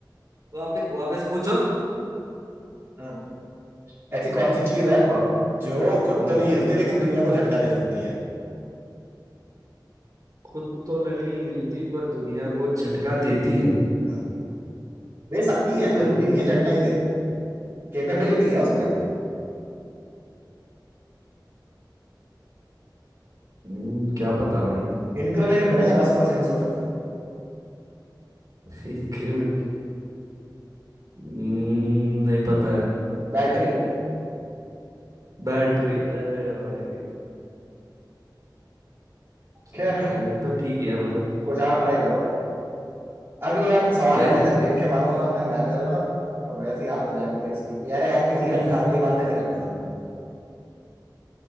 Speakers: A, on the right; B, on the right.
A: वापस वापस पूछो
B: हम्म, ऐसी कौन सी चीज है
A: वा,
B: जो खुद
A: हम्म,
B: तो नहीं हिलती लेकिन दुनिया को झटका दे सकती है
A: खुद तो नहीं हिलती पर दुनिया को झटका देती है
B: हम्म, दे सकती है
A: हम्म
B: जरूरी नहीं है झटका ही दे कैपेबिलिटी है उसमें
A: हम्म, क्या पता भाई
B: इंक्रीमेंट मिलेगा दस परसेंट सोचो
A: इंक्रीमेंट हम्म, नहीं पता यार
B: बैटरी
A: बैटरी अरे भाई चलो,
B: खैर
A: ये तो ठीक ही है मतलब
B: कुछ आप ट्राई करो अगली बार तो सवाल
A: मैं
B: ऐसे फेंक के मारूंगा मैं अपने मैनेजर को ना तो वैसी हालत हो जानी चाहिए उसकी कि अरे यार क्यों ही रखा
A: <laughs>
B: अगली बार से नहीं रखूंगा